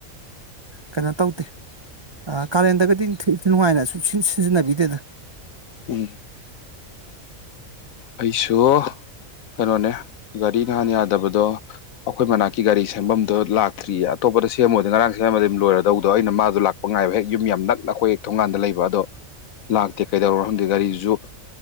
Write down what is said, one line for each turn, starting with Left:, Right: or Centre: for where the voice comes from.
Right: ꯀꯩꯅꯣ ꯇꯧꯗꯦ ꯀꯥꯔꯦꯟꯗꯒꯗꯤ ꯅꯨꯡꯉꯥꯏꯅꯁꯨ ꯁꯤꯖꯤꯟꯅꯕꯤꯗꯦꯗ
Left: ꯎꯝ ꯑꯩꯁꯨ ꯀꯩꯅꯣꯅꯦ ꯒꯥꯔꯤ ꯅꯍꯥꯟ ꯌꯥꯗꯕꯗꯣ ꯑꯩꯈꯣꯏ ꯃꯅꯥꯛꯀꯤ ꯒꯥꯔꯤ ꯁꯦꯝꯐꯝꯗꯣ ꯂꯥꯛꯇ꯭ꯔꯤꯌꯦ ꯑꯇꯣꯞꯄꯗ ꯁꯦꯝꯃꯣꯏꯗ ꯉꯔꯥꯡ ꯁꯦꯝꯃꯗꯤꯝ ꯂꯣꯏꯔꯗꯧꯗꯣ ꯑꯩꯅ ꯃꯥꯗꯣ ꯂꯥꯛꯄ ꯉꯥꯏꯕ ꯍꯦꯛ ꯌꯨꯝ ꯌꯥꯝ ꯅꯛꯅ ꯑꯩꯈꯣꯏ ꯍꯦꯛ ꯊꯣꯡꯒꯥꯟꯗ ꯂꯩꯕ ꯑꯗꯣ ꯂꯥꯛꯇꯦ ꯀꯩꯗꯧꯔꯣ ꯈꯪꯗ ꯒꯥꯔꯤꯗꯨꯁꯨ